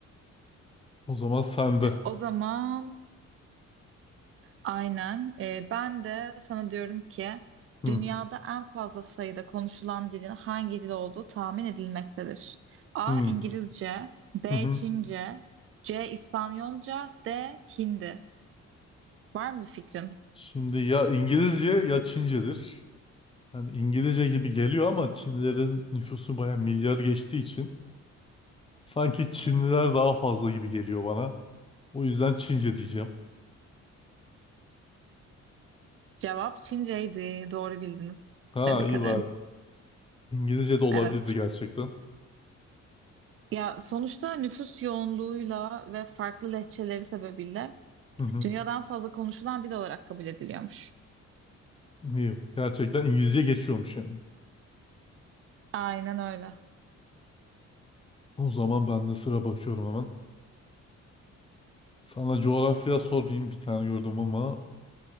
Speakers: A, on the left; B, on the right.
A: O zaman sende.
B: O zaman Aynen. Ee, ben de sana diyorum ki
A: Hı,
B: dünyada en fazla sayıda konuşulan dilin hangi dil olduğu tahmin edilmektedir. A.
A: hı,
B: İngilizce, B.
A: hı, hı.
B: Çince, C. İspanyolca, D. Hindi. Var mı fikrin?
A: Şimdi ya İngilizce ya Çincedir. Yani İngilizce gibi geliyor ama Çinlilerin nüfusu baya milyar geçtiği için sanki Çinliler daha fazla gibi geliyor bana. O yüzden Çince diyeceğim.
B: Cevap Çinceydi. Doğru bildiniz.
A: Ha
B: Tebrik
A: iyi
B: ederim.
A: var. İngilizce de olabilirdi
B: Evet.
A: gerçekten.
B: Ya sonuçta nüfus yoğunluğuyla ve farklı lehçeleri sebebiyle
A: Hı hı.
B: dünyadan fazla konuşulan dil olarak kabul ediliyormuş.
A: İyi. Gerçekten İngilizce geçiyormuş yani.
B: Aynen öyle.
A: O zaman ben de sıra bakıyorum hemen. Sana coğrafya sormayayım bir tane gördüm ama.